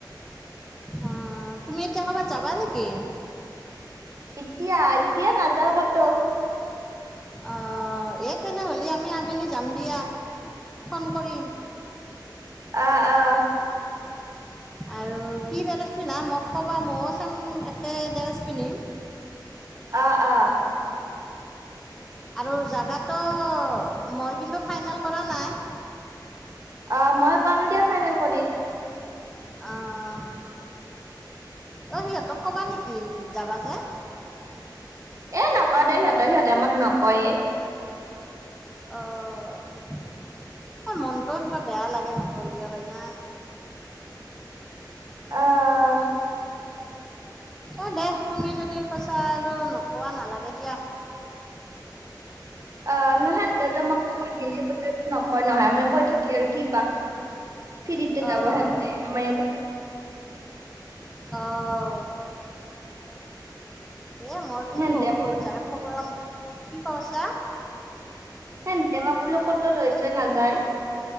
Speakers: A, in the centre; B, on the right (about 45°).
A: অহ, তুমি এতিয়া ক'ৰবাত যাবা নেকি?
B: ইতিয়া, ইতিয়া নাযাওঁ কতো।
A: অ', এ তেনেহ'লে আমি আবেলি যাম দিয়া। ফোন কৰিম।
B: অ', অ।
A: আৰু কি ড্ৰেৰেছ পিন্ধা মোক ক'বা ময়ো চাম একে ড্ৰেছ পিন্ধিম।
B: অ', অ।
A: আৰু জাগাটো মই কিন্তু ফাইনেল কৰা নাই।
B: অ', মই কম দিয়া ফাইনেল কৰি।
A: অহ, অ', সিহঁতক কবা নেকি যাবা যে?
B: এ নক দে সিহঁতক সিহঁতে আমাক নকয়ে।
A: অ', মনটোও কিবা বেয়া লাগে নকলি হয় না?
B: অহ।
A: এ দে তুমি যদি কৈছা আৰু নোকোৱা নালাগে দিয়া।
B: অ', নহয়ন দেতো আমাক কাত গিলি কথা একো নকয় নহয়, আমি কৈ থাকি আৰু কি পাম? ফ্ৰীৰিতে
A: অহ
B: যাব হেহতে আমাৰ
A: অহ
B: <unintelligible>
A: এই মোৰ কিন্তু
B: সেহতে
A: বহুত, বহুত জাগাত প্ৰগ্ৰাম। কি কইচা?
B: হেন ডেমাক বোলো ক'তো লৈ চৈ নাযায়।